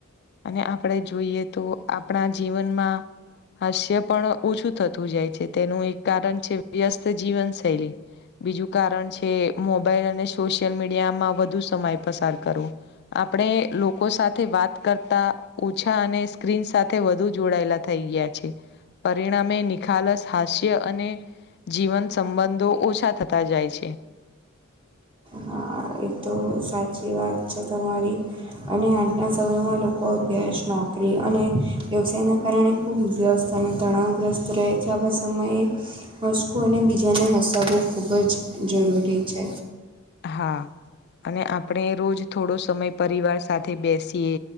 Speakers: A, on the left (about 50°); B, on the right (about 25°).
A: અને આપણે જોઈએ તો આપણા જીવનમાં હાસ્ય પણ ઓછું થતું જાય છે તેનું એક કારણ છે વ્યસ્ત જીવનશૈલી. બીજું કારણ છે મોબાઈલ અને સોશિયલ મીડિયામાં વધુ સમય પસાર કરવો. આપણે લોકો સાથે વાત કરતા ઓછા અને સ્ક્રીન સાથે વધુ જોડાયેલા થઈ ગયા છે. પરિણામે નિખાલસ હાસ્ય અને જીવન સંબંધો ઓછા થતા જાય છે.
B: હા એકદમ તો સાચી વાત છે તમારી. અને આજના સમયમાં લોકો અભ્યાસ નોકરી અને વ્યવસાયના કારણે ખૂબ વ્યસ્ત અને તણાવગ્રસ્ત રહે છે સમયે. હશું અને બીજાને હસાવવું ખૂબ જ જરૂરી છે.
A: હા. અને આપણે રોજ થોડો સમય પરિવાર સાથે બેસીએ,